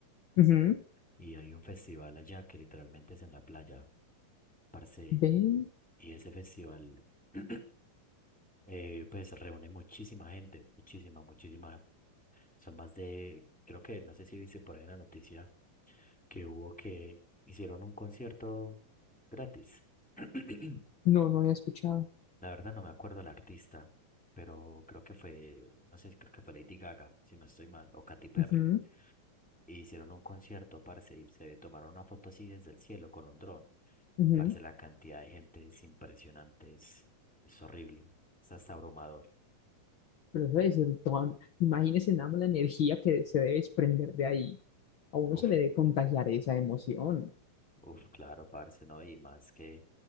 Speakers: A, on the left; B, in the centre.
A: Ujú.
B: Y hay un festival allá que literalmente es en la playa, parce,
A: ¿Ven?
B: y ese festival <clears throat> eh, pues reúne muchísima gente, muchísima, muchísima. Son más de, creo que, no sé si viste por ahí en la noticia que hubo que hicieron un concierto gratis. <clears throat>
A: No, no había escuchado.
B: La verdad no me acuerdo el artista, pero creo que fue, no sé, creo que fue Lady Gaga, si no estoy mal, o Katy Perry.
A: Ujú,
B: Y hicieron un concierto, parce, y se tomaron una foto así desde el cielo con un dron.
A: ujú.
B: Parce, la cantidad de gente es impresionante, es, es horrible, es hasta abrumador.
A: Pero eso debe ser toda... Imagínese nada más la energía que se debe desprender de ahí. A uno
B: Uf,
A: se le debe contagiar esa emoción.
B: uf, claro, parce, ¿no? Y más que,